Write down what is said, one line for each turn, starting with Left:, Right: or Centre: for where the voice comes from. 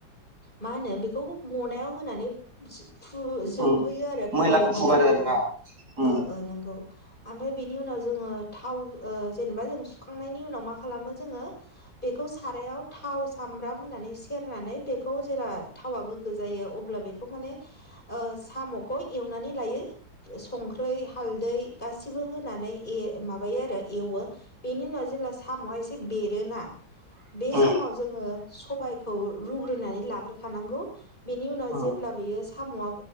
Left: मा होनो बेखौ मनायाव होनानै। फु जोंफोयो
Right: उम
Left: आरो
Right: मैलाखौ
Left: फुयो
Right: फुगारो
Left: मैलाफोरखौ
Right: आरोना उम
Left: ओ ओ नोंगौ। ओमफ्राय बिनि उनाव जोङो थाव जेनेबा जों सुखांनायनि उनाव मा खालामो जोङो। बेखौ सारायाव थाव। सामब्राम होनानै सेरनानै बेखौ जेब्ला थावा गोग्गो जायो अब्ला बेखौ माने। ओ साम'खौ एवनानै लायो। संख्रै हालदै गासिबो होनानै ए-माबायो आरो एवो बेनि उनाव जेब्ला साम'ह एसे बेरोना बे
Right: उम
Left: समाव। आंङो सबायखौ रुग्रोनानै लाग्रोखानांगौ। बेनि उनाव
Right: उम
Left: जेब्ला बियो साम'आ